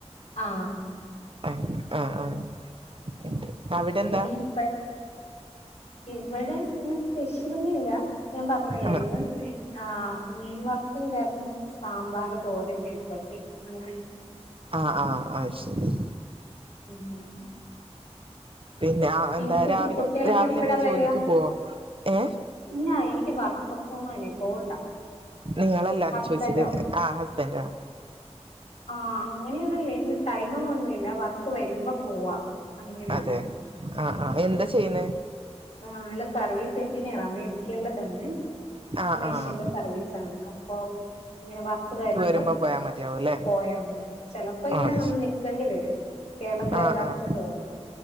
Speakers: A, on the left; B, on the right.
A: ആ
B: അങ്ങനെ ആഹ് ആഹ് ഉണ്ട് അവിടെ എന്താ
A: ഇനിപ്പ ഇവിടെ ഇങ്ങനെ സ്പെഷ്യലൊന്നും ഇല്ല ഞാൻ പറഞ്ഞില്ലെ
B: ആഹ്
A: ആ ണ്ടായിരുന്നു സാമ്പാർ തോര വിഴുക്കുവരട്ടി അങ്ങനെ
B: ആ ആ ആ ശരി
A: ഉം
B: പിന്നെ
A: പിന്നെ
B: എന്താ രാവിലെ
A: കുട്ടികളൊക്കെ
B: രാവിലെ
A: എപ്പഴാ
B: തന്നെ
A: വരിക
B: ജോലിക്ക് പോവാ ഏ
A: ഇല്ല. <unintelligible> പോവണ്ട
B: നിങ്ങളല്ല
A: ഹസ്‌ബൻ്റോ
B: ഞാൻ ചോദിച്ചത് ആഹ് ഹസ്ബൻഡ് ആഹ്
A: ആ അങ്ങനെയൊന്നുമില്ല ടൈം ഒന്നു പറഞ്ഞില്ല വർ വരുമ്പോ പോവാ അങ്ങനെയാണ്
B: അതെ ആഹ് ആഹ് എന്താ ചെയ്യുന്നേ
A: ആഹ് അല്ല സർവീസ് എഞ്ചിനീയറാ അമേരിക്കേലേ തന്നെ
B: ആഹ്
A: മെഷീന്റെ
B: ആഹ്
A: സർവീസാണ് <unintelligible> ഇങ്ങനെ വർക്ക് വരുമ്പം
B: വരുമ്പോ പോയാ മതിയാവുംല്ലേ
A: പോയാ മതി ചെലപ്പോ ഇങ്ങനെ
B: ആഹ്
A: നമ്മള്
B: ശരി
A: നിക്കണ്ടി വരും കേരളത്തിലെ
B: ആഹ്
A: എല്ലായിടത്തും
B: ആഹ്
A: പോകണം.